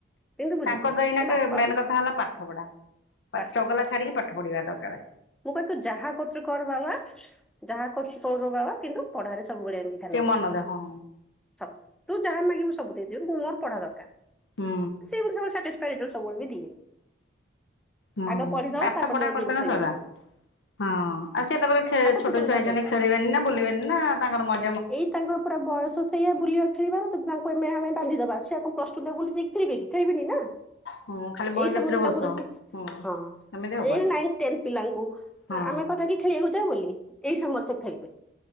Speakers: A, in the centre; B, on the left.
A: କିନ୍ତୁ ବୁଝିଯିବେ
B: ତାଙ୍କର ଦଇନାକ
A: ବାପା
B: ମେନ୍ କଥା ହେଲା ପାଠ ପଢା।
A: ବାସ
B: ଚଗଲା ଛାଡିକି ପାଠ ପଢିବା ଦରକାରେ।
A: ମୁଁ କହିଲି ଯାହା କରୁଛି କର ବାବା ଯାହା କରୁଛୁ କର ବାବା କିନ୍ତୁ ପଢାରେ ସବୁବେଳେ ଏମିତି
B: ଟିକେ
A: ଧ୍ୟାନ
B: ମନ ଦେ ହଁ।
A: ସବୁ ତୁ ଯାହା ମାଗିବୁ ସବୁ ଦେଇଦେବି କିନ୍ତୁ ମୋର ପଢା ଦରକାର।
B: ହୁଁ
A: ସିଏ ମତେ ସବୁବେଳେ ସାଟିସ୍ପାଏ ସବୁବେଳେ ବି ଦିଏ।
B: ହଁ
A: ଆଗ ପଢିଦବ
B: ପାଠ
A: ତାପରେ
B: ପଢା
A: ଯୋଉ
B: କରିଦେଲେ
A: ଯିବୁ ଖେଳିବାକୁ।
B: ସଇଲା। ହଁ ଆଉ ସିଏ ତାପରେ ଛୋଟ
A: ତୁ ତୋର
B: ଛୁଆ
A: ଯାହା
B: ହେଇଛନ୍ତି
A: କରୁଛୁ।
B: ଖେଳିବେନି ନା ବୁଲିବେନି ନା ତାଙ୍କର ମ।
A: ଏଇ ତାଙ୍କର ପୁରା ବୟସ ସେଇଆ ବୁଲିବା ଖେଳିବାର ଜଦି ତାଙ୍କ ମେ ଆମେ ବାନ୍ଧିଦବା ସେ କଣ ପ୍ଲସ ଟୁ ଲେବୁଲୁ ଜାଏ ଖେଳିବେ କି ଖେଳିବେନି ନାଁ।
B: ହଁ ଖାଲି ବହି
A: ଏଇ
B: କତିରେ
A: ସମୟରେ
B: ବସ
A: ତାଙ୍କର ଶି
B: ହୁଁ
A: ହଁ
B: ଏମିତି ହବନି
A: ଏଇନା ନାଇ ଟେନ୍ ପିଲାଙ୍କୁ
B: ହଁ
A: ଆମେ କଥା କିି ଖେଳିବାକୁ ଯାଉ ବୋଲି। ଏଇ ସାମୟରେ ସେ ଖେଳିବେ।